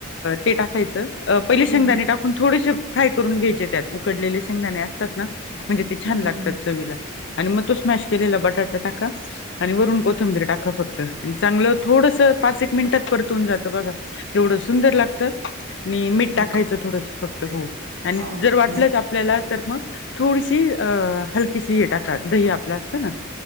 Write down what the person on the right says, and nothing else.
हम्म
हम्म
हो का
हो हो